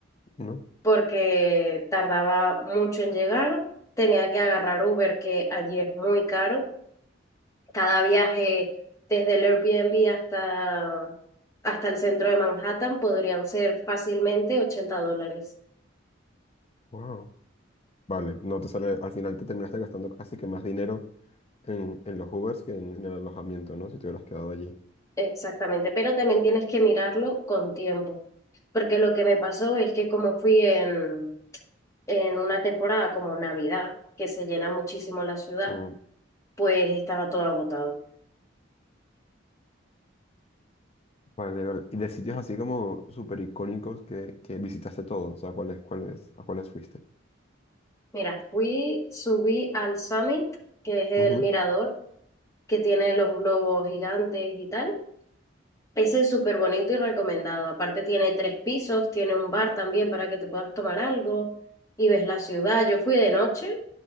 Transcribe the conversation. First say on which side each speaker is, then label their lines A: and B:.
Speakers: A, on the left; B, on the left.
A: No,
B: porque tardaba mucho en llegar. Tenía que agarrar Uber, que allí es muy caro, Cada viaje desde el Airbnb hasta, hasta el centro de Manhattan podrían ser fácilmente 80 dólares.
A: wow. Vale, no te sale, al final te terminaste gastando casi que más dinero en, en los Ubers que en, en el alojamiento, ¿no? Si te hubieras quedado allí.
B: Exactamente, pero también tienes que mirarlo con tiempo, porque lo que me pasó es que como fui en, en una temporada como Navidad, que se llena muchísimo la ciudad,
A: Mm.
B: pues estaba todo agotado.
A: Vale, vale. Y de sitios así como súper icónicos que, que visitaste todos, o sea, ¿cuáles, cuáles, a cuáles fuiste?
B: Mira, fui, subí al Summit, que es el
A: Ujú,
B: mirador que tiene los globos gigantes y tal, Ese es súper bonito y recomendado. Aparte tiene tres pisos, tiene un bar también para que te puedas tomar algo y ves la ciudad. Yo fui de noche